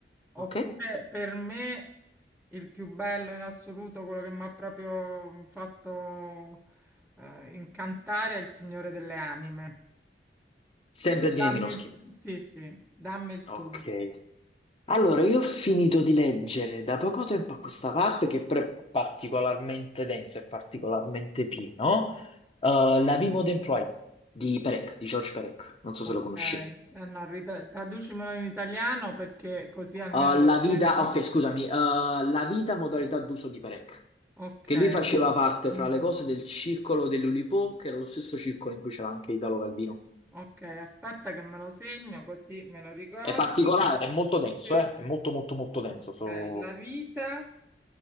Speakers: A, in the centre; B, on the left (about 35°).
A: oppure
B: Ok?
A: per me il più bello in assoluto, quello che mi ha proprio fatto eh, incantare, è Il Signore delle Anime.
B: Sempre
A: Tu dammi
B: di Nemirovsky.
A: il, sì, sì, dammi il
B: Ok.
A: tuo.
B: Allora, io ho finito di leggere da poco tempo a questa parte, che però è particolarmente densa e particolarmente pieno, eh, La vie moderne di Perec, di George Perec, non so se
A: Ok,
B: lo conosci.
A: eh, no, rit- traducimelo in italiano perché così almeno
B: Eh, la
A: lo cerco.
B: vita, ok, scusami, eh, La vita modalità d'uso di Perec,
A: Ok,
B: che lui faceva parte,
A: Mm,
B: fra le cose, del circolo dell'Oulipo, che era lo stesso circolo in cui c'era anche Italo Calvino.
A: ok, aspetta che me lo segno così me lo ricordo.
B: È particolare. È molto denso,
A: Sì.
B: eh? È molto molto molto denso.
A: Ok,
B: so-
A: la vita,